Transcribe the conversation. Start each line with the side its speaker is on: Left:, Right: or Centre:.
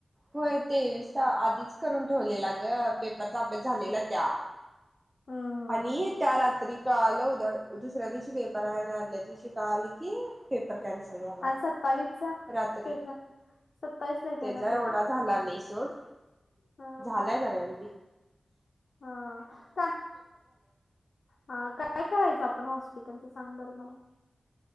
Right: होय तेवीस आधीच करून ठेवलेला ग पेपरचा अभ्यास झालेला त्या
Left: हम्म हम्म
Right: आणि त्या रात्री का आल उद्या दुसऱ्या दिवशी पेपर आहे ना आदल्या दिवशी का आल की पेपर कॅन्सल झाला
Left: आणि सत्तावीसचा
Right: रात्री
Left: पेपर आहे सत्तावीस ला काय
Right: त्याच्या
Left: ना पेपर
Right: एवढा झाला नाही सोड
Left: हा
Right: झालाय
Left: हा
Right: बर म
Left: हा का ह काय करायचं आपण हॉस्पिटलच सांग बरं मला